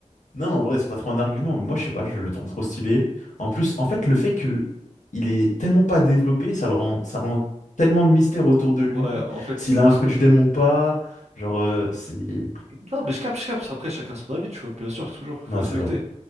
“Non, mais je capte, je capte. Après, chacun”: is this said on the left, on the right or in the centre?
Right